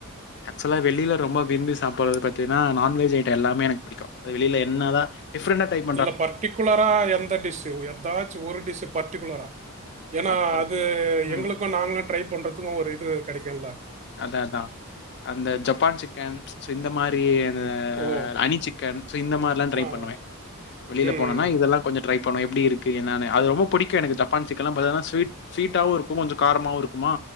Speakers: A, on the left; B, on the right.
A: ஆக்சுலா வெளில ரொம்ப விரும்பி சாப்பட்றது பாத்தீங்கா நான்வெஜ் ஐட்டோ எல்லாமே எனக் பிடிக்கு வெளில என்னதா டிஃப்ரண்ட்டா ட்ரைப்
B: இல்ல பர்டிகுலரா எந்த டிஷ்ஷு எதாச்சு ஒரு டிஷ்ஷு பர்டிகுலரா எனா
A: அப்பறம்
B: அது
A: ம்.
B: எங்குளுக்கு நாங்களு ட்ரை பண்றதுக்கு ஒரு இது கெடைக்கூல
A: அத்தா அத்தா அந்த ஜப்பான் சிக்கன் சோ இந்த மாரி அந்த
B: ஓ
A: அனி சிக்கன் சோ இந்த மாரிலா ட்ரை
B: ஆ
A: பண்ணுவே வெளில
B: ம்
A: போணோனா இதெல்லா கொஞ்சோ ட்ரை பண்ணுவ எப்பிடி இருக்கு என்னனு அது ரொம்ப புடிக்கு எனக்கு ஜப்பான் சிக்கன்லா பாத்தனா ஸ்வீட் ஸ்வீட்டாவு இருக்கு கொஞ்சோ காரமாவு இருக்குமா